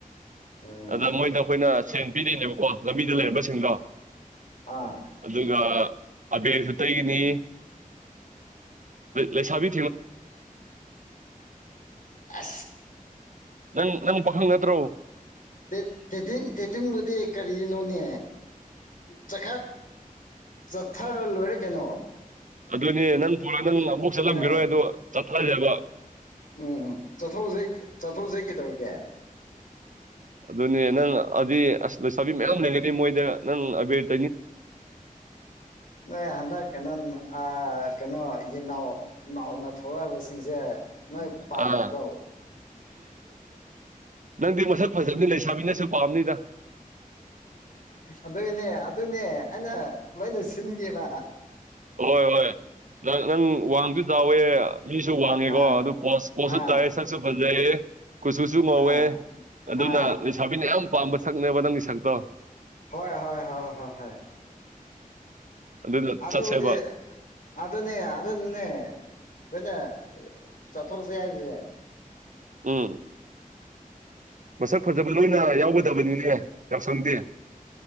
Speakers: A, on the left (about 65°); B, on the right (about 60°).
A: ꯎꯝ
B: ꯑꯗ ꯃꯣꯏꯗ ꯑꯩꯈꯣꯏꯅ ꯁꯦꯟ ꯄꯤꯗꯣꯏꯅꯦꯕ ꯀꯣ ꯂꯝꯕꯤꯗ ꯂꯩꯔꯕꯁꯤꯡꯗꯣ
A: ꯑꯥ
B: ꯑꯗꯨꯒ ꯑꯕꯦꯔꯁꯨꯇꯩꯒꯤꯅꯤ ꯂꯩꯦꯁꯥꯕꯤ
A: ꯑ
B: ꯅꯪ ꯅꯪ ꯄꯥꯈꯪ ꯅꯠꯇ꯭ꯔꯣ
A: ꯊꯊ ꯃꯗꯤ ꯑꯩ ꯀꯔꯤ ꯅꯣꯅꯦ ꯆ ꯆꯠꯊꯔ ꯂꯣꯏꯔꯦ ꯀꯩꯅꯣꯔꯣ
B: ꯑꯗꯨꯅꯦ ꯅꯪ ꯐꯣꯟ ꯅꯪ ꯑꯃꯨꯐꯛ ꯆꯠꯂꯝꯈꯤꯔꯣꯏ
A: ꯑꯦ
B: ꯑꯗ ꯆꯠꯊꯁꯕ
A: ꯎꯝ ꯆꯠꯊꯣꯛꯁꯦ ꯆꯠꯊꯣꯛꯁꯦ ꯀꯩꯗꯧꯔꯀꯦ
B: ꯑꯗꯨꯅꯦ ꯅꯪ ꯑꯗꯨꯗꯤ ꯑꯁ ꯂꯩꯁꯥꯕꯤ ꯃꯌꯥꯝ ꯂꯩꯒꯗꯤ ꯃꯣꯏꯗ ꯅꯪ ꯑꯕꯦꯠ
A: ꯃ ꯍꯗ ꯀꯩꯅ ꯀꯩꯅꯣ ꯌꯦꯟꯅꯥꯎ ꯅꯥꯎꯅ ꯊꯣꯛꯂꯛꯏꯕꯁꯤꯡꯁꯦ ꯅꯣꯏ ꯄꯥꯝꯗ꯭ꯔꯕꯣ
B: ꯑꯥ ꯅꯪꯗꯤ ꯃꯁꯛ ꯐꯖꯕꯅꯤ ꯂꯩꯁꯥꯃꯤꯟꯅꯁꯨ ꯄꯥꯝꯅꯤꯗ
A: ꯑꯗꯨꯏꯅꯦ ꯑꯗꯨꯏꯅꯦ ꯑꯩꯅ ꯂꯣꯏꯅ ꯁꯤꯟꯒꯦꯕ
B: ꯍꯣꯏ ꯍꯣꯏ ꯅꯪ ꯅꯪ ꯋꯥꯡꯁꯨ ꯆꯥꯎꯋꯦ ꯃꯤꯁꯨ ꯋꯥꯡꯉꯦꯀꯣ
A: ꯑꯥ
B: ꯑꯗꯨ ꯄꯣ ꯄꯣꯠꯁꯨ
A: ꯑꯥ
B: ꯇꯥꯏꯑꯌꯦ ꯁꯛꯁꯨ ꯐꯖꯩꯌꯦ ꯀꯨꯆꯨꯁꯨ ꯉꯧꯋꯦ
A: ꯑꯥ
B: ꯑꯗꯨꯅ
A: ꯑꯥ
B: ꯂꯩꯁꯥꯕꯤꯅ ꯌꯥꯝ ꯄꯥꯝꯕ ꯁꯛꯅꯦꯕ ꯅꯪꯒꯤ ꯁꯛꯇꯣ
A: ꯍꯣꯏ ꯍꯣꯏ ꯍꯣꯏ ꯍꯣꯏ ꯍꯣꯏ
B: ꯑꯗꯨꯅ
A: ꯑꯗꯤ
B: ꯆꯠꯁꯦꯕ
A: ꯑꯗꯨ ꯑꯗꯨꯅꯅꯦ ꯑꯗꯨ ꯑꯗꯨꯦ ꯑꯩꯈꯣꯏꯅ ꯆꯠꯊꯣꯔꯁꯦ ꯍꯥꯏꯔꯤꯁꯦ
B: ꯎꯝ ꯃꯁꯛ ꯐꯖꯕ ꯅꯣꯏꯅ ꯌꯥꯎꯒꯗꯕꯅꯤꯅꯦ ꯌꯥꯎꯁꯪꯗꯤ